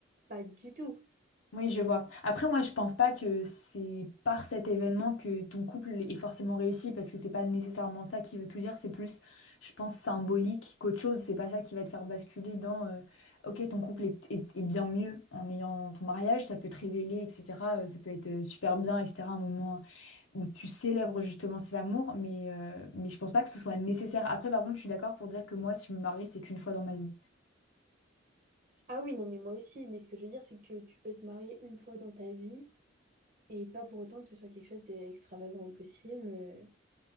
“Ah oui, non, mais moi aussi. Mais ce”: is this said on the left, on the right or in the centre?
Right